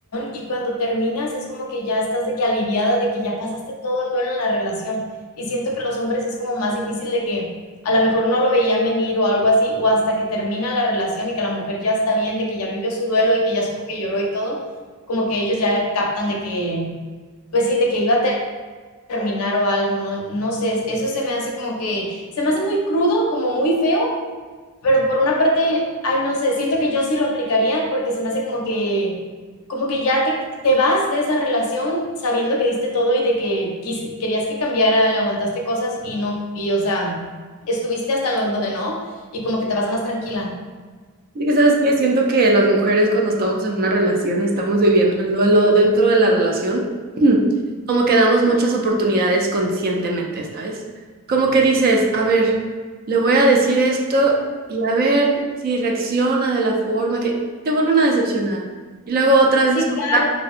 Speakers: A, on the left; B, on the right.
A: y cuando terminas es como que ya estás de que aliviada, de que ya pasaste todo el duelo en la relación. Y siento que los hombres es como más difícil de que a lo mejor no lo veían venir o algo así, o hasta que termina la relación y que la mujer ya está bien, de que ya vivió su duelo y que ya supo que lloró y todo, como que ellos ya captan de que, pues sí, de que iba a terminar o algo, no, no sé, eso se me hace como que, se me hace muy crudo, como muy feo, pero por una parte, ay, no sé, siento que yo sí lo aplicaría porque se me hace como que, como que ya te, te vas de esa relación sabiendo que diste todo y de que quis- querías que cambiara, le aguantaste cosas y no, y o sea, estuviste hasta donde no y como que te vas más tranquila.
B: Y que sabes que siento que las mujeres cuando estamos en una relación y estamos viviendo el duelo dentro de la relación, <clears throat> como que damos muchas oportunidades conscientemente, ¿sabes? Como que dices, a ver, le voy a decir esto y a ver si reacciona de la forma que te vuelven a decepcionar. Y luego otra vez
A: Sí,
B: es como
A: claro,
B: dar